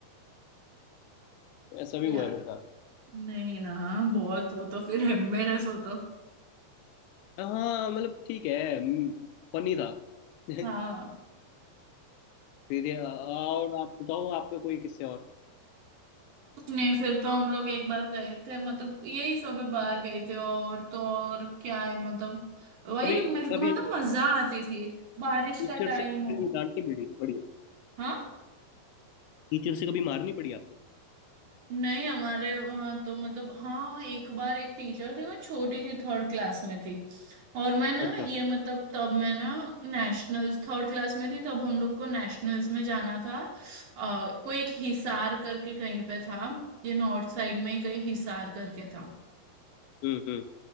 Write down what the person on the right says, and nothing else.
या
नहीं ना बहुत वो तो फिर एम्बेरस हो तो
हाँ
नहीं फिर तो हम लोग एक बार गए थे मतलब यही सब बाहर गए थे और तो और क्या है मतलब वही
मज-
मतलब मजा आती थी बारिश
का टाइम
हो
हाँ?
नहीं हमारे वहाँ तो मतलब हाँ एक बार एक टीचर थे मैं छोटी थी थर्ड क्लास में थी और मैं ना
ये मतलब तब मैं ना नेशनल्स थर्ड क्लास में थी तब हम लोग को नेशनल्स में जाना था अ, कोई एक हिसार करके कहीं पे था ये नॉर्थ साइड में ही कहीं हिसार करके था